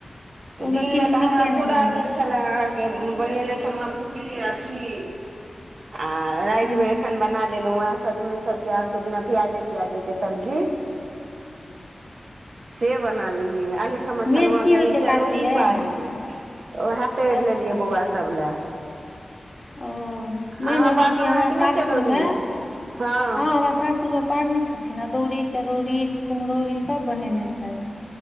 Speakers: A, on the right; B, on the left.
A: तऽ
B: ओहिमे
A: दिनमे
B: किछु
A: तऽ
B: नीके
A: हमरा
B: नहि
A: फुरा
B: लागै
A: गेल छलए अहाँके बनेने छलुहए पूरी आ खीर आ राति
B: हूं
A: मे एखन बना लेलौं हाँ सजमनि सबके अहाँके बिना प्याजे त्याजे के सब्जी से बना लेलियै एहिठमा
B: मेन
A: छनुआ
B: की
A: कनि
B: होइ छै
A: चरौरी
B: काकी यै
A: तऽ उएह तैर
B: अच्छा
A: लेलियै बौआ सब लए
B: ओ मेन
A: अहाँ
B: होइ छै
A: पारलहुँ
B: कि हमरा
A: हेँ नहि
B: सासुर
A: चरौरी
B: मे हँ
A: हँ
B: हमरा सासुर मे पार ने छ खीन अदौड़ी चरौड़ी कुम्हरौरी सब बनेने छैथ